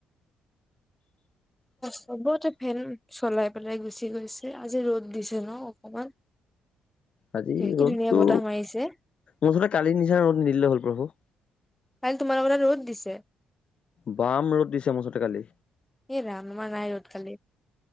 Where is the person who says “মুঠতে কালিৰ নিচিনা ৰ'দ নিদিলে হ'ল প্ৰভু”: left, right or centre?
Left